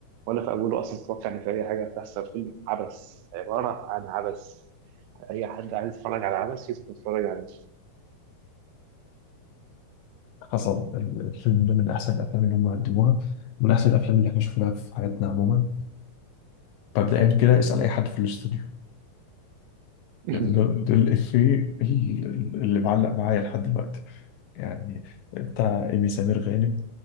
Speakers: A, on the right; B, on the left.
A: ولا في أوله أصلا أتوقع إن في أي حاجة هتحصل فيلم عبث عبارة عن عبث أي حد عايز يتفرج على عبث يدخل يتفرج عليه
B: حصل الفيلم ده من أحسن الأفلام اللي هم قدموها من أحسن الأفلام اللي احنا شفناها في حياتنا عموما مبدئيا كده اسأل أي حد في الاستوديو
A: <laughs>
B: ده ده الإفيه ال- اللي معلق معايا لحد دلوقتي يعني بتاع إيمي سمير غانم